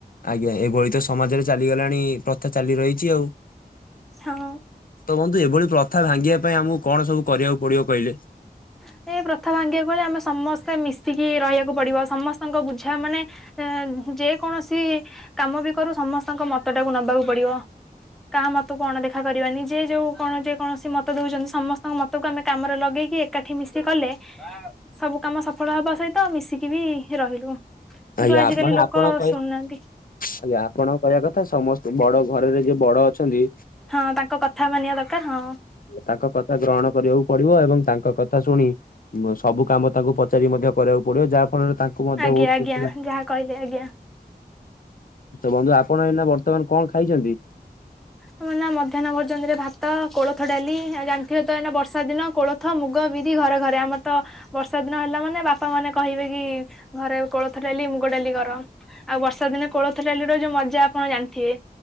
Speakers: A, on the left; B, in the centre.
A: ଆଜ୍ଞା ଏଭଳି ତ ସମାଜରେ ଚାଲିଗଲାଣି ପ୍ରଥା ଚାଲି ରହିଚି ଆଉ।
B: ହଁ।
A: ତ ବନ୍ଧୁ ଏଭଳି ପ୍ରଥା ଭାଙ୍ଗିବା ପାଇଁ ଆମକୁ କଣ ସବୁ କରିବାକୁ ପଡିବ କହିଲେ?
B: ସେ ପ୍ରଥା ଭାଙ୍ଗିବାକୁ ଗଲେ ଆମେ ସମସ୍ତେ ମିଶିକି ରହିବାକୁ ପଡିବ ସମସ୍ତଙ୍କ ବୁଝା ମାନେ ଏଁ ଯେକୌଣସି କାମ ବି କରୁ ସମସ୍ତଙ୍କ ମତ ଟାକୁ ନବାକୁ ପଡିବ। କା ମତକୁ ଅଣଦଖା କରିବାନି ଯେ ଯୋଉ କଣ ଯେ କୌଣସି ମତ ଦଉଚନ୍ତି ସମସ୍ତଙ୍କ ମତକୁ ଆମେ କାମରେ ଲଗେଇକି ଏ ଏକାଠି ମିଶି କଲେ ସବୁ କାମ ସଫଳ ହବା ସହିତ ମିଶିକି ବି ରହିଲୁ। କିନ୍ତୁ
A: ଆଜ୍ଞା
B: ଆଜିକାଲି
A: ମାନେ
B: ଲୋକ
A: ଆପଣ କହିବା
B: ଶୁଣୁନାହାନ୍ତି।
A: ଆଜ୍ଞା ଆପଣଙ୍କ କହିବା କଥା ସମସ୍ତେ ବଡ ଘରରେ ଯିଏ ବଡ ଅଛନ୍ତି
B: ହଁ ତାଙ୍କ କଥା ମାନିବା ଦରକାର୍ ହଁ।
A: ତାଙ୍କ କଥା ଗ୍ରହଣ କରିବାକୁ ପଡିବ ଏବଂ ତାଙ୍କ କଥା ଶୁଣି ବ ସବୁ କାମ ତାଙ୍କୁ ପଚାରି ମଧ୍ୟ କରିବାକୁ ପଡିବ ଯାହା ଫଳରେ ତାଙ୍କୁ ମଧ୍ୟ
B: ଆଜ୍ଞା
A: ବହୁତୁ
B: ଆଜ୍ଞା ଯାହା କହିଲେ ଆଜ୍ଞା।
A: ତ ବନ୍ଧୁ ଆପଣ ଏଇନା ବର୍ତ୍ତମାନ୍ କଣ ଖାଇଚନ୍ତି?
B: ତ ନା ମଧ୍ୟାହ୍ନ ଭୋଜନରେ ଭାତ, କୋଳଥ ଡାଲି ଆଉ ଜାଣିଥିବ ତ ଏଇନା ବର୍ଷା ଦିନ କୋଳ ଥ, ମୁଗ, ବିରି ଘରେ ଘରେ ଆମର ତ ବର୍ଷା ଦିନ ହେଲା ମାନେ ବାପା ମାନେ କହିବେ କି ଘରେ କୋଳଥ ଡାଲି ମୁଗ ଡାଲି କର। ଆଉ ବର୍ଷା ଦିନେ କୋଳଥ ଡାଲି ଯଉଟା ଯଉ ମଜା ଆପଣ ଜାଣିଥିବେ।